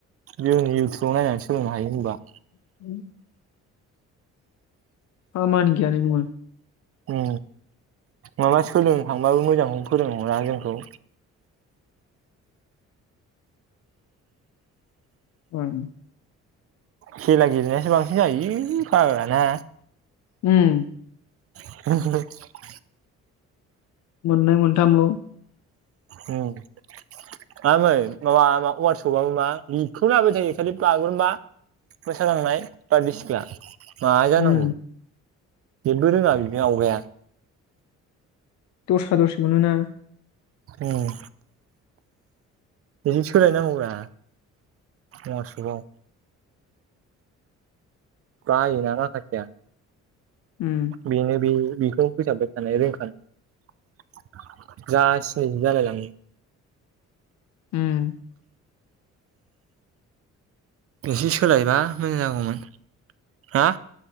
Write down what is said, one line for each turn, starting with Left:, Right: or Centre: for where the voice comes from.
Right: जों इउटुबाव नायनानै सोलोंनो हायो होमबा।
Left: <inaudible> खामानि गैयालै <unintelligible>
Right: उम माबा सोलोंनो थांबाबो मोजांखौनो फोरों हरा जोंखौ।
Left: उम।
Right: खेला गेलेनायासो बांसिन जाहैयो फाग्लाना।
Left: उम।
Right: <unintelligible>
Left: मोननै मोनथामल'।
Right: उम। <unintelligible> वात्साप आव मा बेखौनो <unintelligible> थायो खालि बागुरुम्बा मोसाग्लांनाय बारदै सिख्ला। मा जानांगौ
Left: उम
Right: जेबबो रोङा बिदि आवगाया।
Left: दस्रा दसे मोनोना
Right: उम बेजों सोलायनांगौब्रा वरसपआव। बायोना माखासेया
Left: उम
Right: बेनो बे बेखौ फोसाबबाय थानाय रोंखानाय जा सिनै जालाय लाङो।
Left: उम
Right: एसे सोलायबा मोजां जागौमोन। हा?